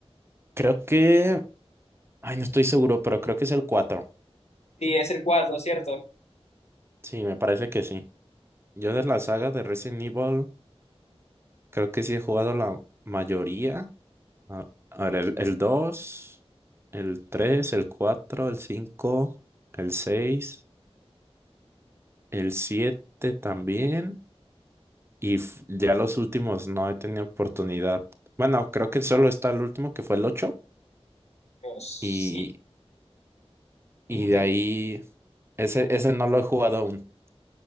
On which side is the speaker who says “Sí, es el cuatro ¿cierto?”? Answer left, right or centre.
Left